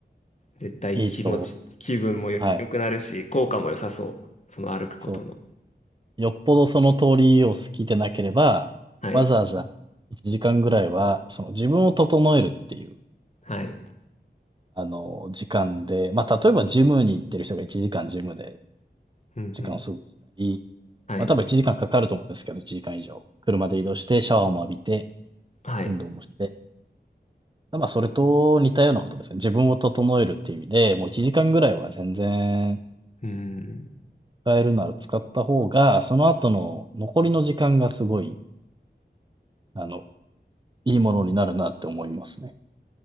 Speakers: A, on the left; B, on the right.
A: 絶対気持ち、
B: いいと
A: 気分もよ良くなるし、
B: はい、
A: 効果も良さそう。その歩くことの。
B: そうですね。よっぽどその通りを好きでなければ、
A: はい。
B: わざわざ1時間ぐらいは、その自分を整えるっていう、
A: はい。
B: あの、時間で、まあ、例えばジムに行ってる人が1時間ジムで
A: うんうん。
B: 時間を過ごしたり、
A: はい。
B: まあ、多分1時間かんかかると思うんですけど、1時間以上。車で移動して、シャワーも浴びて、
A: はい。
B: 運動もして。まあ、それと似たようなことですね。自分を整えるっていう意味で、もう1時間ぐらいは全然
A: うん。
B: 使えるなら使った方が、その後の残りの時間がすごい、あの、いいものになるなって思いますね。